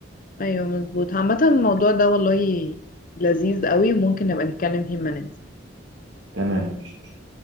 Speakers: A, on the left; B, on the right.
A: ايوه مظبوط عامة الموضوع ده والله لذيذ قوي وممكن نبقى نتكلم فيه لما ننزل
B: تمام مفيش مشكله